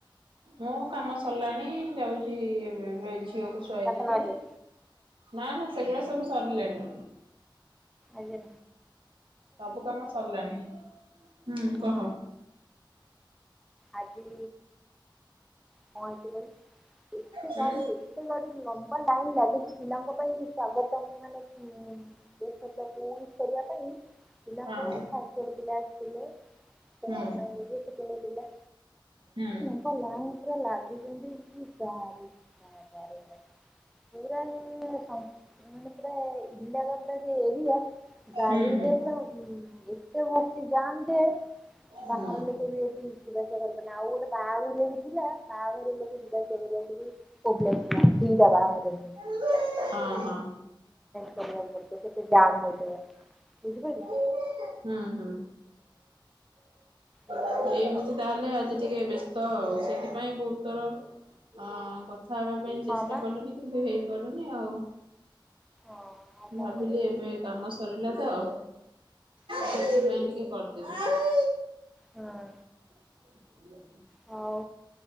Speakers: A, on the right; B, in the centre.
A: ମୁଁ କାମ ସରିଲାଣି ଯାଉଛି ଏବେ ଏବେ ଝିଅକୁ ସୁଆଇଦେବି
B: ବାସନ ମାଜିବୁ
A: ନା ନା ସେଗୁଡା ସବୁ ସରିଲାଣି।
B: ଆଜ୍ଞା।
A: ସବୁ କାମ ସରିଲାଣି ହୁଁ
B: ହଁ
A: କହ?
B: ଆଜି କଣ ହେଇଛି କହିଲୁ? ଏତେ
A: ହୁଁ
B: ଗାଡି ଏତେ ଗାଡି ଲମ୍ବା ଲାଇନ ଲାଗିଛି ପିଲାଙ୍କ ପାଇଁ ସ୍ଵାଗତଂ ମାନେ ଗେଷ୍ଟ ଟାକୁ ଉଇସ କରିବା ପାଇଁ ପିଲାଙ୍କୁ
A: ହଁ
B: ଫାଷ୍ଟ ଛୋଟ ପିଲା ଆସିଥିଲେ ସେମାନେ
A: ହଁ
B: ତାଙ୍କକୁ <inaudible> ପିଲା
A: ହୁଁ।
B: ପୁରା ଲାଗିନ ପୁରା ଲାଗିଛନ୍ତି କି କାରବାବାରେ ବାବା ପୁରା ପୁରା ଇଣ୍ଡିଆ କ ପ <inaudible> ସେ ଏରିଆ ଗାଡିରେପୁରା
A: ହୁଁ ହୁଁ ହୁଁ
B: ଉଁ ଏକେ ଭର୍ତି ଯାମ୍ ଯେ
A: ହୁଁ
B: ବାହହାର ଲୋକବି ହେଠି ଯିବାଆସିବା କରିପାରିଲେନି ଆଉ ଗୋଟେ ବାହାଘରିଆ ବି ଥିଲା ବାହାଘର ଲୋକ ଯିବାସ କରିବାକୁବି ପ୍ରୋବ୍ଲେମ ହେଲା ଦିଇଟା ବାହାଘରିଆ ଫୁଣି।
A: ହଁ <unintelligible> ଛ <inaudible>
B: କରିବାକୁ ପଡୁଥିବ କେତେ ଜାମ୍ ହଉଥିବ ବୁଝିପାରିଲୁ।
A: ହୁଁ ହୁଁ।
B: ଏଇଆ
A: ଏଇମିତି
B: ହଉଛି କଥା
A: ତାହେଲେ ଆଜି ଟିକେ ବ୍ୟସ୍ତ ଆଉ ସେଥିପାଇଁ ବହୁତ ଥର ଅ କଥା ହେବା ପାଇଁ ଚେଷ୍ଟା
B: ହଁ ପା
A: କଲିଣିି କିନ୍ତୁ ହେଇପାରୁନି ଆଉ
B: ହଁ ଆଉ କଣ
A: ଭାବିଲି
B: କରିବା
A: ଏବେ କାମ ସରିଲା ତ
B: ହୁଁ
A: ସେଥିପାଇଁ ଟିକେ କରିଦେଲି।
B: ହଁ।
A: ଭି <inaudible>
B: ହଉ